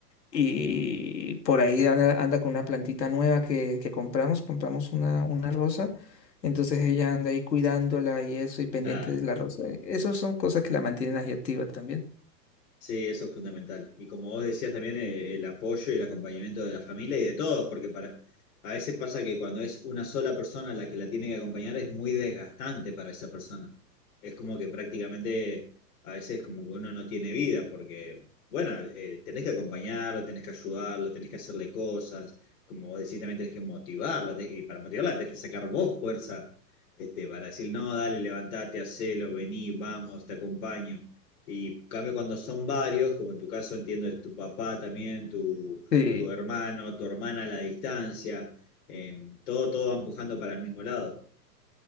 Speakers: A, on the left (about 80°); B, on the left (about 60°).
A: Y por ahí anda, anda con una plantita nueva que, que compramos, compramos una, una rosa. Entonces ella anda ahí cuidándola y eso, y pendiente
B: claro.
A: de la rosa. Esas son cosas que la mantienen ahí activa también.
B: Sí, eso es fundamental. Y como vos decías también, eh, el apoyo y el acompañamiento de la familia y de todos, porque para, a veces pasa que cuando es una sola persona la que la tiene que acompañar es muy desgastante para esa persona. Es como que prácticamente a veces como que uno no tiene vida, porque, bueno, eh, tenés que acompañarla, tenés que ayudarla, tenés que hacerle cosas, como vos decís, también tenés que motivarla, te- y para motivarla tenés que sacar vos fuerza, este, para decir, no, dale, levantate, hacelo, vení, vamos, te acompaño. Y en cambio cuando son varios, como en tu caso entiendo es tu papá también, tu,
A: Sí,
B: tu hermano, tu hermana a la distancia, eh, todo, todo va empujando para el mismo lado.